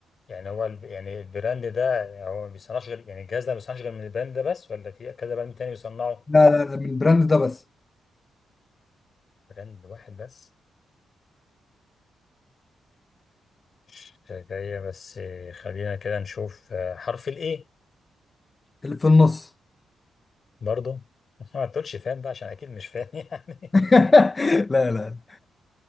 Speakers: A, on the left (about 50°); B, on the left (about 30°).
A: يعني هو الب... يعني البراند ده يعني هو ما بيصنعش غير يعني الجهاز ده ما بيصنعش غير من البراند ده بس ولا في كذا براند تاني بيصنعه
B: لا لا لا من البراند ده بس
A: براند واحد بس مش جاية بس خلينا كده نشوف آه، حرف الايه
B: اللي في النص
A: برضو <laughs> ما تقولش فاهم بقى عشان اكيد مش فاهم يعني
B: <laughs> لا لا